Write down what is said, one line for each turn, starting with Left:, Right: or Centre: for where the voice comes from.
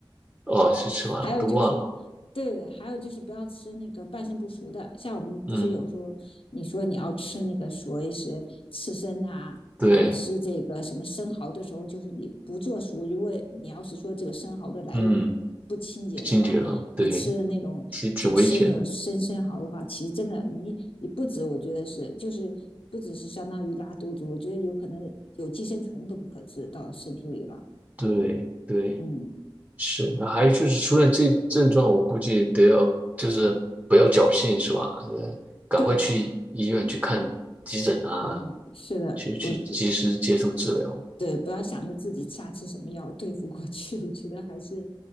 Right: 哦，是吃完了，
Left: 还有就是，
Right: 我都忘了。
Left: 对，还有就是不要吃那个半生不熟的。像我们不是有时候你说你要吃那个所谓是刺身啊，
Right: 嗯，对，
Left: 然后吃这个什么生蚝的时候，就是你不做熟，因为你要是说这个生蚝的来源不清洁的话，
Right: 嗯，惊厥了，对，
Left: 你吃的那种就吃那种生生蚝的话，
Right: 挺挺危险的，
Left: 其实真的你你不止，我觉得是就是不只是相当于拉肚子，我觉得有可能有寄生虫都不可治到身体里了。
Right: 对对
Left: 嗯，
Right: 是。那还有就是，除了这症状，我估计得要就是不要侥幸，是吧？呃，赶快去医院去看急诊啊，
Left: 对，嗯，是的。
Right: 去去及时接受治疗。
Left: 我对，不要想着自己瞎吃什么药对付过去，<laughs> 我觉得还是，